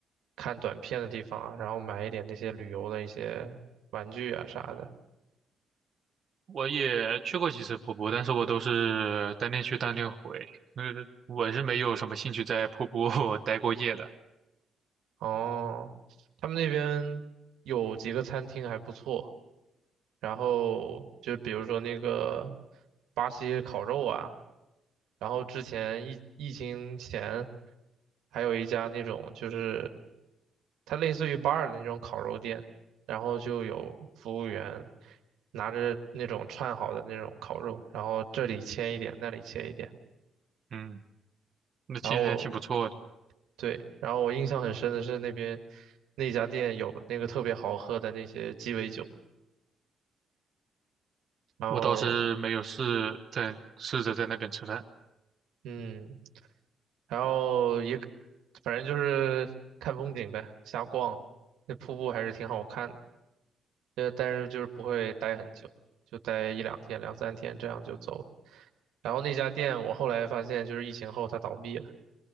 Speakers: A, on the right; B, on the right.
A: 看短片的地方啊然后买一点那些旅游的一些玩具啊啥的。
B: 我也去过几次瀑布，但是我都是当天去当天回，呃，我是没有什么兴趣在瀑布 <laughs> 待过夜的。
A: 哦，他们那边有几个餐厅还不错，然后就比如说那个巴西烤肉啊，然后之前疫疫情前还有一家那种就是它类似于 bar 的那种烤肉店，然后就有服务员拿着那种串好的那种烤肉，然后这里切一点，那里切一点，
B: 嗯，那其实还挺不错的。
A: 然后我对，然后我印象很深的是那边那家店有那个特别好喝的那些鸡尾酒，然后。
B: 我倒是没有试在试着在那边吃饭，
A: 嗯，然后也反正就是看风景呗，瞎逛。那瀑布还是挺好看的，呃，但是就是不会待很久，就待一两天、两三天，这样就走了然后那家店我后来发现，就是疫情后它倒闭了，